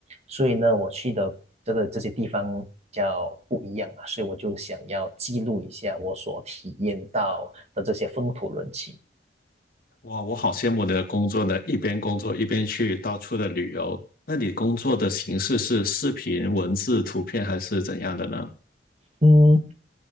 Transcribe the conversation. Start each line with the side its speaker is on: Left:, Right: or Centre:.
Right: 所以呢，我去的这个这些地方比较不一样啊，所以我就想要记录一下我所体验到的这些风土人情。
Left: 哇，我好羡慕你的工作呢，一边工作一边去到处的旅游。那你工作的形式是视频、文字、图片还是怎样的呢？
Right: 嗯，